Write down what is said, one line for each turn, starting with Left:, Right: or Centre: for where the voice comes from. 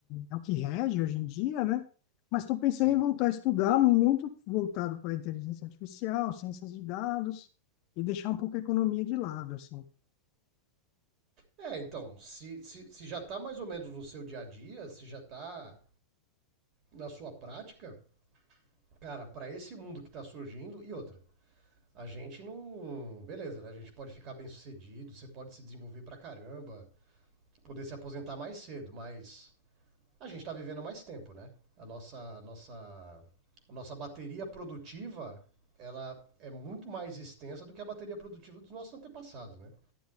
Left: é o que rege hoje em dia, né? Mas estou pensando
Right: Sim.
Left: em voltar a estudar, muito voltado para inteligência artificial, ciências de dados e deixar um pouco a economia de lado, assim.
Right: É, então, se, se, se já tá mais ou menos no seu dia a dia, se já tá na sua prática, cara, pra esse mundo que tá surgindo, e outra, a gente não. Beleza, né? A gente pode ficar bem sucedido, você pode se desenvolver pra caramba, poder se aposentar mais cedo, mas a gente tá vivendo mais tempo, né? A nossa, a nossa, a nossa bateria produtiva, ela é muito mais extensa do que a bateria produtiva dos nossos antepassados, né?